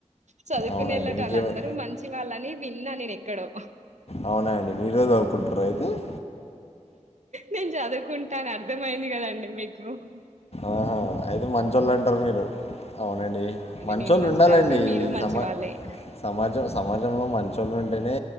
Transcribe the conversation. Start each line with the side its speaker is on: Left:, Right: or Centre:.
Right: చదువుకునే
Left: అవునండి
Right: వెళ్ళెట
Left: మీకేమై
Right: వాళ్ళు అందరూ మంచి వాళ్ళని విన్నా నేను ఎక్కడో
Left: అవునా అండి మీరు చదువుకుంటారా అయితే
Right: నేను చదువుకుంటాను అర్థమయింది కదండి మీకు ఓహ్
Left: ఆహా అయితే మంచళ్ళు అంటారు మీరు అవునండి మంచోళ్ళు
Right: నేను మంచిదాన్ని
Left: ఉండాలండి
Right: మీరు మంచి
Left: సమా
Right: వాళ్ళే
Left: సమాజం సమాజంలో మంచోళ్ళు ఉం ఉంటేనే